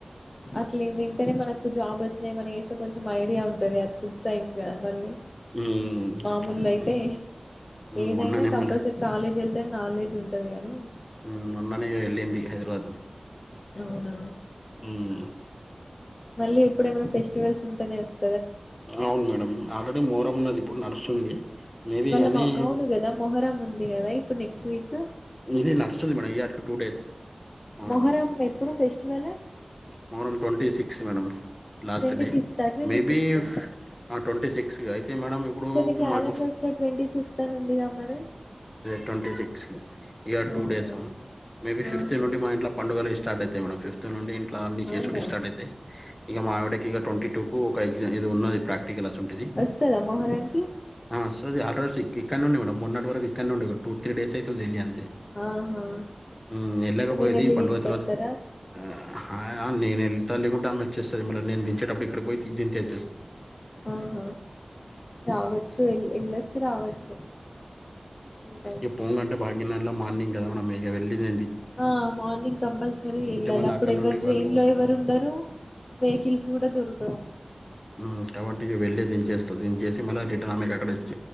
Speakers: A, on the left; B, on the left.
A: అట్లా వింటెనే మనకు జాబ్ వచ్చినాయి మన చేసే కొంచెం ఐడియా ఉంటది అది ఫుడ్ సైన్స్ గా మళ్ళీ
B: హ్మ్
A: మామూల్
B: అట్లా అంటేనే
A: అయితే
B: హ్మ్.
A: ఏదైన
B: మొన్ననే
A: కంపల్సరీ
B: మళ్ళ
A: కాలేజ్ వెళ్తే నాలేజ్ ఉంటది గానీ
B: ఉ మోన్ననేగా వెళ్ళింది హైదరాబాద్
A: అవునా
B: హ్మ్
A: మళ్ళీ ఎప్పుడేమైనా ఫెస్టివల్స్ ఉంటేనే వస్త
B: అవున్ మేడం ఆల్రెడీ మోరం ఉన్నది ఇప్పుడు నడుస్తుంది మేబీ
A: వాళ్ళ
B: గానీ
A: అవును కదా మొహరం ఉంది కదా ఇప్పుడు నెక్స్ట్ వీక్
B: ఇది నడుస్తుంది మేడం ఈయటికి టూ డేస్ మొహరంది
A: మొహరం ఎప్పుడు festival
B: Muharram twenty six last
A: twenty
B: day మేడం
A: ఫిఫ్తా ట్వంటీ
B: మే
A: సిక్స్తా
B: బి ఆ ట్వంటీ సిక్స్ ఇగ అయితే మేడం ఇప్పుడు
A: కొన్ని క్యాలెండర్స్
B: మాకు
A: లో ట్వంటీ ఫిఫ్త్ అని ఉందిగా మరి
B: ట్వంటి సిక్స్ ఇగ
A: అవునా
B: టూ డేస్ మేబీ ఫిఫ్టీ
A: ఆహా
B: నుండి మా ఇంట్లో పండుగలు స్టార్ట్ అయితయి మే ఫఫ్త్ నుం ఇట్ల అన్ని చేసుడి
A: అవునా
B: స్టార్ట్ అయితాయి ఇగ మా ఆవిడకి ఇక ట్వంటీ టూకు ఒక ఇది ఉన్నది ప్రాక్ టి గలాస్ ఉంటుది
A: వస్తదా మొహరంకి
B: ఆ వస్తది ఆడ ఇక్క నుండి మేడం మొన్నటి వర ఇక్క ఉండ టూ త్రీ డేస్ అయితుందిళ్ళ అంది తె
A: ఆహా
B: ఎళ్లేకపోయేది
A: మీరెళ్ళి
B: పండుగ
A: తీసుకొస్తారా
B: తర్వాత ఆ, ఆ నేను వెళ్తా లేకుంటే అన్న వచ్చేస్తుంది మళ్రి నేనుచేప్పు ఇక్కడ పోయి దించేచ్చు
A: ఆహ రావచ్చు వెల్ వెళ్ళొచ్చు రావచ్చు ఎనీ టైమ్స్
B: ఉ పోంగంటే భాగ్యనరలో మార్నింగ్ కదా మేడం మీక వెళ్ళంది
A: ఆ మార్నింగ్ కంపల్సరీ వెళ్ళాలి
B: మళ్ళీ
A: అప్పుడు
B: అక్కడ
A: ఎవరు
B: నుండి
A: ట్రైన్
B: వాళ్ళు
A: లో ఎవరు ఉండరు వెహికిల్స్ కూడా దొరకవు
B: ఉ కాబట్టి ఇగ వెళ్ళి దించేస్తా దించేసి మళ్ళ రిటర్న్ అమ్మక అక్కడ వచ్చ